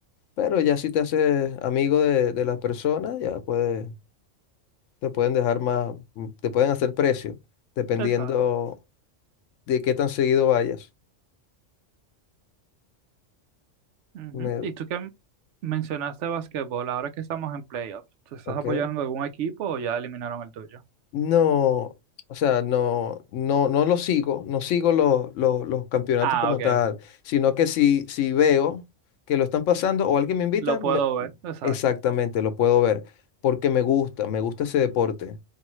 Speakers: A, on the left; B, on the right.
A: Pero ya si te haces amigo de, de las personas, ya puede te pueden dejar más, mm, te pueden hacer precio, dependiendo
B: exacto.
A: de qué tan seguido vayas.
B: Ujú.
A: Me,
B: Y tú que m- mencionaste basquetbol, ahora que estamos en playoffs, ¿tú estás
A: ok.
B: apoyando algún equipo o ya eliminaron el tuyo?
A: No, o sea, no, no, no lo sigo, no sigo los, los, los campeonatos
B: Ah,
A: como
B: ok,
A: tal, sino que si, si veo que lo están pasando o alguien me invita,
B: lo puedo
A: me-
B: ver, exacto.
A: exactamente, lo puedo ver, porque me gusta, me gusta ese deporte.